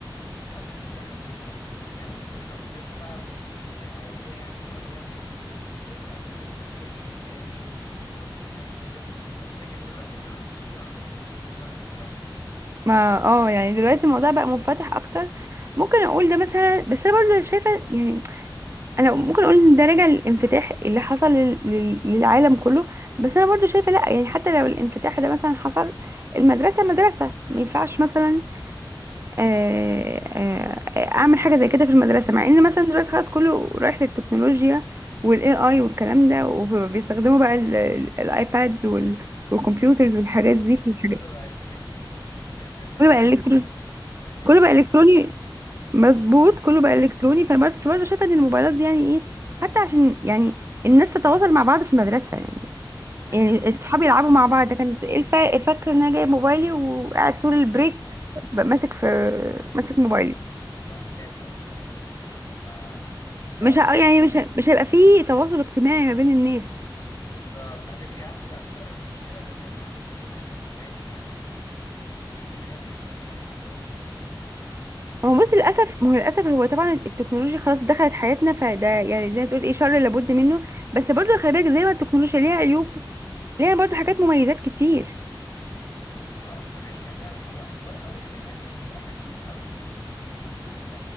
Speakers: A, on the left (about 40°); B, on the right (about 30°).
A: اول يوم اتسحب مني اصلا واتسحب مني كتير قوي لازم بقى ابوكي او ابويا يعني يروح ياخده ويتاسف ومش هيجي بيه تاني و... ولو جه تاني هيتاخد اسبوع لكن دلوقتي بيعملوا تيك توك مع المدرسين انا بستغرب بصراحه
B: ما اه يعني دلوقتي الموضوع بقى منفتح أكتر ممكن أقول ده مثلا بس أنا برضه شايفة يعني انا ممكن اقول ان ده راجع للانفتاح اللي حصل لل- لل- للعالم كله بس انا برضو شايفه لا يعني حتى لو الانفتاح ده مثلا حصل المدرسه مدرسه ما ينفعش مثلا آه، آه، آه، اعمل حاجه زي كده في المدرسه مع ان مثلا دلوقتي خلاص كله رايح للتكنولوجيا والاي اي والكلام ده وبيستخدموا بقى ال- ال- الايباد وال- والكمبيوترز والحاجات
A: آه،
B: دي في الحاجات
A: كله بقى الكتروني <laughs> حتى الامتحانات
B: كله بقى الكتروني
A: الامتحانات
B: كله بقى
A: بتبقى
B: الكتروني
A: fake.
B: مظبوط كله بقى الكتروني فبس برضه شايفه ان الموبايلات دي يعني ايه حتى عشان يعني الناس تتواصل مع بعض في المدرسه يعني
A: ايوه
B: يعني الصحاب يلعبوا مع بعض ده كانت ايه الفا- فاكره ان انا جايب موبايلي وقاعد طول البريك ب- ماسك في ماسك موبايلي
A: انا بعمل شات او بسيرش على تيك توك ف ف- اه
B: مش ه- يعني مش ه- مش هيبقى فيه تواصل اجتماعي ما بين الناس
A: بالظبط على فكره دي أح... ده اكتر مشكله مثلا مع التكنولوجيا ان هي بتبعدك عن ال- الحاجات الانسانيه التواصل ده
B: هو بص للاسف ما هو للاسف هو طبعا التكنولوجيا خلاص دخلت حياتنا فده يعني زي ما تقول ايه شر لابد منه بس برضه خلي بالك زي ما التكنولوجيا ليها عيوب ليها برضه حاجات مميزات كتير
A: اه دي حقيقه فعلا هو حوار اول حاجه ان هي هي مسهله حاجات كتير قوي مثلا ال-